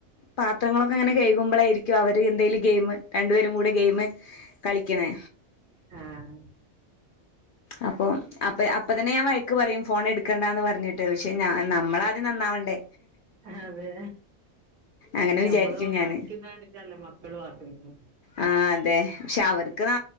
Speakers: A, on the left; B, on the right.
A: പാത്രങ്ങളൊക്കെ അങ്ങനെ കഴകുമ്പോളായിരിക്കും അവര് എന്തെലും ഗെയിമ് രണ്ടുപേരും കൂടെ ഗെയിമ് കളിക്കണേ
B: ആഹ്
A: അപ്പൊ അപ്പ അപ്പ തന്നെ ഞാൻ വഴക്ക് പറയും ഫോൺ എടുക്കണ്ടാന്ന് പറഞ്ഞിട്ട് പക്ഷെ ഞാ നമ്മള് ആദ്യം നന്നാവണ്ടേ
B: അതെ
A: അങ്ങനെ
B: ഞമ്മള്
A: വിചാരിക്കും ഞാന്
B: കാണിക്കുന്ന കണ്ടിട്ടല്ലേ മക്കളും ആക്കുന്നത്
A: ആ അതെ പക്ഷെ അവർക്ക് ന